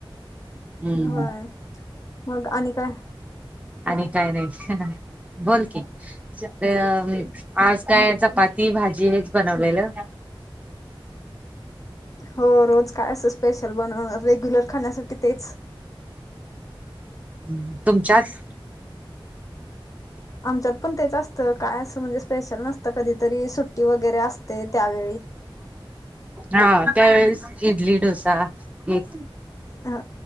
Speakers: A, on the right (about 15°); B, on the left (about 40°).
A: हम्म
B: होय मग आणि काय
A: आणि काय नाही बोल की र आज काय चपाती भाजी हेच बनवलेलं
B: हो रोज काय असं स्पेशल बनव रेग्युलर खाण्यासाठी तेच
A: ह तुमच्याच
B: आमच्यात पण तेच असत तर काय असं म्हणजे स्पेशल नसतं कधीतरी सुट्टी वगैरे असते त्यावेळी
A: हा त्यावेळेस इडली डोसा एक
B: ह